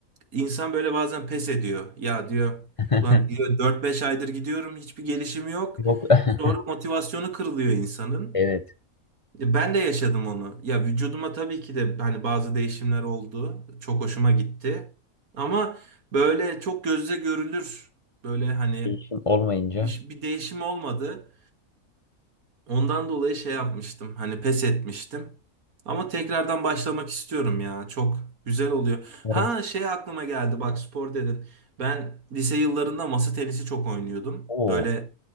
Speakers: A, on the right; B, on the left.
A: insan böyle bazen pes ediyor. Ya diyor
B: <laughs>
A: Ulan diyor 4-5 aydır gidiyorum hiçbir gelişim yok.
B: Yok. <laughs>
A: Sonra motivasyonu kırılıyor insanın.
B: Evet.
A: E, Ben de yaşadım onu. Ya vücuduma tabii ki de hani bazı değişimler oldu. Çok hoşuma gitti. Ama böyle çok gözle görülür. Böyle hani
B: Değişim olmayınca.
A: bir, bir değişim olmadı. Ondan dolayı şey yapmıştım. Hani pes etmiştim. Ama tekrardan başlamak istiyorum ya. Çok güzel oluyor.
B: Umarım.
A: Ha şey aklıma geldi. Bak spor dedin. Ben lise yıllarında masa tenisi çok oynuyordum.
B: Oo.
A: Böyle